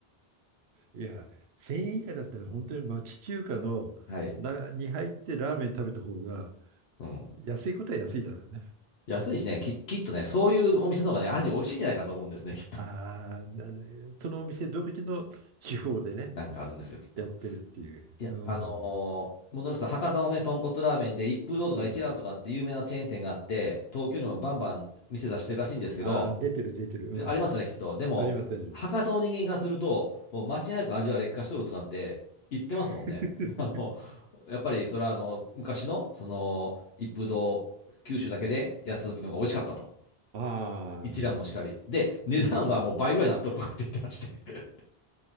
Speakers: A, on the right; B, on the left.
A: いや、1000円以下だったら本当に町中華のなに入ってラーメン食べた方が
B: はい。うん。
A: 安いことは安いだろうね。
B: 安いしね、き、きっとね、そういうお店の方がね、味美味しいんじゃないかと思うんですね、<laughs> きっと。
A: ああ、なそのお店独自の手法でね、
B: なんかあるんですよ、きっと。
A: やってるっていう。
B: いや、
A: うん。
B: あのー戻りますと、博多のね、豚骨ラーメンで一風堂とか一蘭とかって有名なチェーン店があって、
A: うん。
B: 東京にもバンバン店出してるらしいんですけど、
A: ああ、出てる出てる。うん。
B: でありますよね、きっと。でも、
A: ありますあります。
B: 博多の人間からすると、もう間違いなく味は劣化しとるとかって言ってますもんね。
A: <laughs>
B: <laughs> あの、やっぱりそれはあの、昔の、その、一風堂、九州だけでやってた時の方が美味しかったと。
A: ああ、
B: 一蘭もしかり。
A: うん
B: で、値段はもう倍ぐらいになっとるとかって言ってまして。
A: うん
B: <laughs>